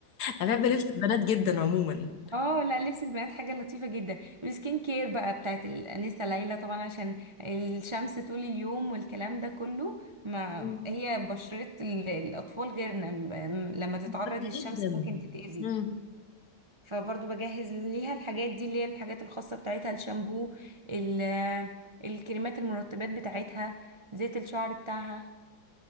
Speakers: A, on the left; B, on the right.
A: انا بحب لبس البنات جدا عموما
B: اه لا لبس البنات حاجة لطيفة جدا والسكين كير بقى بتاعت الأنسة ليلى طبعا عشان الشمس طول اليوم والكلام ده كله ما
A: مم.
B: هي بشرة ال- الأطفال غيرنا م- م- لما
A: شكرا
B: تتعرض للشمس
A: جدا
B: ممكن تتأذي
A: مم.
B: فبرضه بجهز ليها الحاجات دي اللي هي الحاجات الخاصة بتاعتها الشامبو ال- الكريمات المرطبات بتاعتها زيت الشعر بتاعها